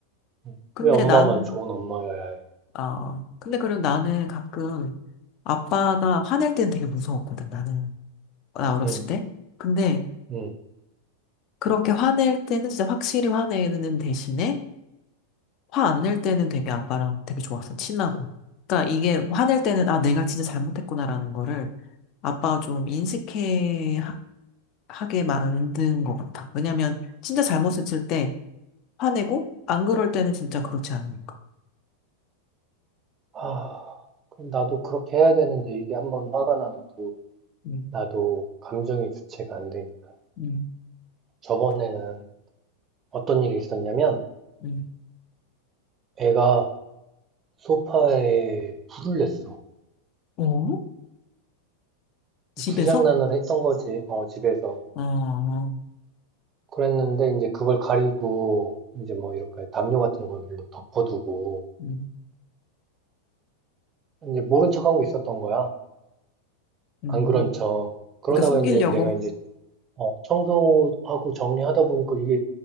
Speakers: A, on the right; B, on the left.
A: 응.
B: 근데
A: 왜 엄마만
B: 난,
A: 좋은 엄마여야 해?
B: 아, 근데 그럼 나는 가끔 아빠가 화낼 때는 되게 무서웠거든, 나는. 나
A: 응
B: 어렸을 때. 근데
A: 응
B: 그렇게 화낼 때는 진짜 확실히 화내는 대신에 화 안 낼 때는 되게 아빠랑 되게 좋았어, 친하고. 그러니까 이게 화낼 때는 아, 내가 진짜 잘못했구나라는 거를 아빠가 좀 인식해 하게 만든 것 같아. 왜냐면 진짜 잘못을 칠 때 화내고 안 그럴 때는 진짜 그렇지 않으니까.
A: 아, 그럼 나도 그렇게 해야 되는데 이게 한번 화가 나면 또
B: 음,
A: 나도 감정이 주체가 안 되니까.
B: 음,
A: 저번에는 어떤 일이 있었냐면
B: 음.
A: 애가 소파에 불을 냈어.
B: 어? 집에서?
A: 불장난을 했던 거지. 어, 집에서.
B: 어, 어,
A: 그랬는데 이제 그걸 가리고 이제 뭐 이렇게 담요 같은 걸로 덮어두고
B: 음,
A: 이제 모른 척하고 있었던 거야.
B: 음.
A: 안 그런 척. 그러다가
B: 그러니까 숨기려고?
A: 이제 내가 이제 어 청소하고 정리하다 보니까 이게